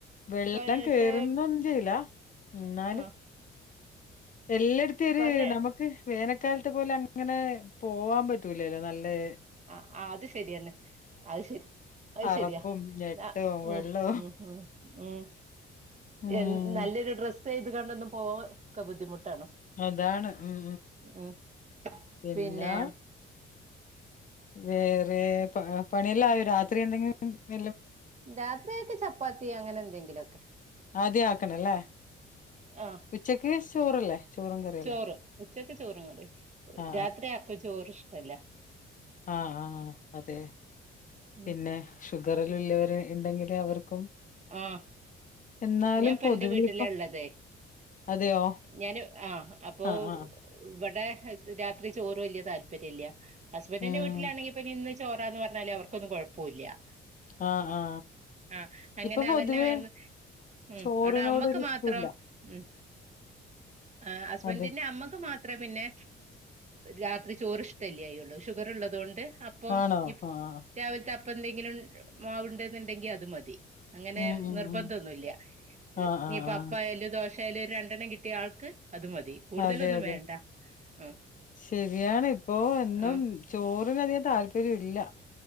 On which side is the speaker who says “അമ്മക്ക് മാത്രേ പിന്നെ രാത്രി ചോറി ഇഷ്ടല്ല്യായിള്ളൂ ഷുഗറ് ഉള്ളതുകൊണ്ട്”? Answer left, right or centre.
Right